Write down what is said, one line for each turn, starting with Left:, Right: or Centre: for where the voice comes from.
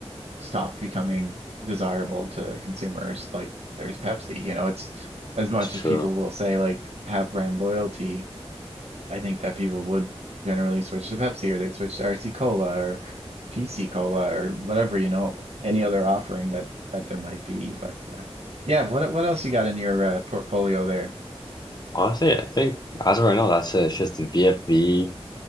Right: stopped becoming desirable to consumers, like there's Pepsi, you know, it's as much
Left: that's true.
Right: as people will say like have brand loyalty, I think that people would generally switch to Pepsi or they'd switch to RC Cola or PC Cola or whatever, you know, any other offering that that there might be. But uh, yeah, what what else you got in your uh, portfolio there?
Left: Honestly, I think as of right now, that's it. It's just the VFV,